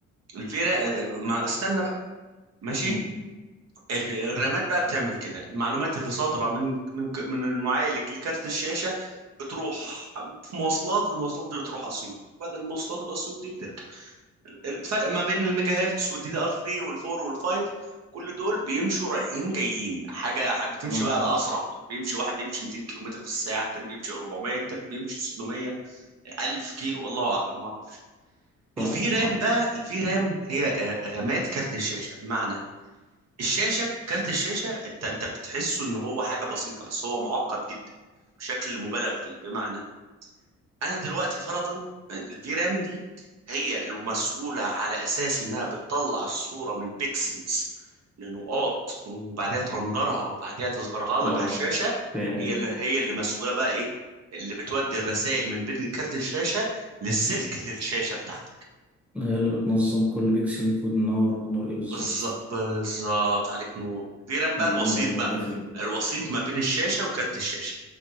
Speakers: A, on the right; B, in the centre.
A: الفيرا آه، ما استنى بقى ماشي
B: مم.
A: ال- الرامات بقى بتعمل كده المعلومات اللي صادره من من ك- من المعالج لكارت الشاشه بتروح في مواصلات المواصلات دي بتروح اسيوط بعد المواصلات الاسيوط دي بترجع الفرق ما بين الميجا هرتز والدي دي ار 3 وال4 وال5 كل دول بيمشوا رايحين جايين حاجه ح- بتمشي
B: اه
A: بقى اسرع بيمشي واحد بيمشي 200 كيلو متر في الساعه التاني بيمشي 400 التالت بيمشي 600 1000 كيلو الله اعلم ما اعرفش الفي
B: فاهمك
A: رام
B: اه
A: بقى الفي رام هي آه، رامات كارت الشاشه بمعنى الشاشه كارت الشاشه انت انت بتحسه ان هو حاجه بسيطه بس هو معقد جدا بشكل مبالغ فيه بمعنى انا دلوقتي فرضا الفي رام دي هي المسؤوله على اساس انها بتطلع الصوره من بيكسلز لنقاط وبعدها ترندرها وبعدها تظهرها
B: اه
A: لك على الشاشه
B: فاهم
A: هي اللي هي اللي مسؤوله بقى ايه اللي بتودي الرسائل من بين كارت الشاشه للسلك للشاشه بتاعتك
B: هي اللي بتنظم كل بيكسل المفروض ننور النور ايه بالظبط
A: بالظبط بالظبط عليك نور غير بقى
B: وينور
A: الوسيط
B: النور
A: بقى
B: ده فين
A: الوسيط ما بين الشاشة وكارت الشاشة